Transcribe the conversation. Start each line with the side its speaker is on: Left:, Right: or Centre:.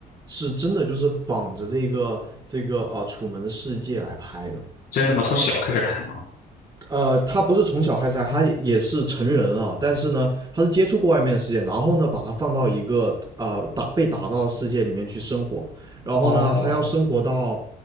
Right: 是真的就是仿着这个这个啊楚门世界》来拍的，
Left: 真的吗？从小开始拍吗？
Right: 呃，他不是从小开始他也是成人了，但是呢，他是接触过外面的世界，然后呢，把他放到一个呃打被打造的世界里面去生活，然后呢，
Left: 哦，
Right: 他要生活到，